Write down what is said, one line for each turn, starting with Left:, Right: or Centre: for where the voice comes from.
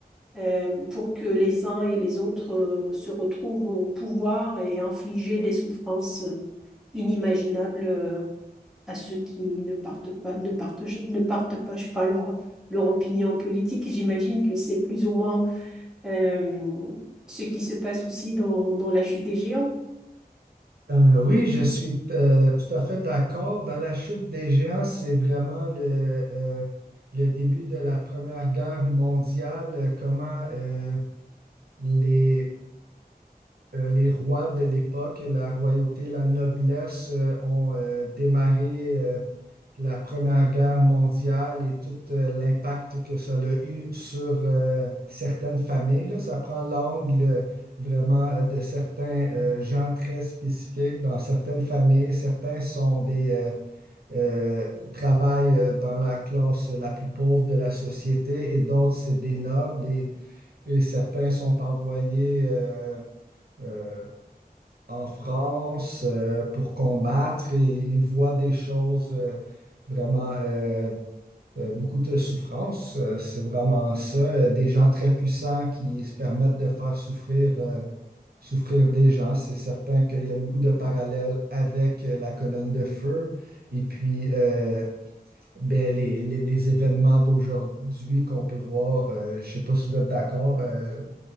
Centre: euh, pour que les uns et les autres euh, se retrouvent au pouvoir et infliger des souffrances inimaginables euh, à ceux qui ne partent pas, ne partent, ne partagent pas je sais pas leur, leur opinion politique. J'imagine que c'est plus ou moins euh, ce qui se passe aussi dans, dans la chute des géants.
Right: Euh, oui, je suis euh, tout à fait d'accord. Dans la chute des géants, c'est vraiment le, euh, le début de la Première Guerre mondiale, euh, comment euh, les, euh, les rois de l'époque, la royauté, la noblesse, euh, ont euh, démarré. euh, la Première Guerre mondiale et tout euh, l'impact que ça a eu sur euh, certaines familles. là. Ça prend l'angle euh, vraiment euh, de certains euh, gens très spécifiques dans certaines familles. Certains sont des euh, euh, travaillent euh, dans la classe la plus pauvre de la société et d'autres, c'est des nobles et, et certains sont envoyés euh, euh, en France euh, pour combattre et ils voient des choses euh, vraiment euh, euh, beaucoup de souffrance. Euh, c'est vraiment ça. Euh, des gens très puissants qui se permettent de faire souffrir, euh, souffrir des gens. C'est certain qu'il y a beaucoup de parallèles avec euh, la colonne de feu. Et puis, euh, ben, les, les- les événements d'aujourd'hui qu'on peut voir, euh, je ne sais pas si vous êtes d'accord, euh,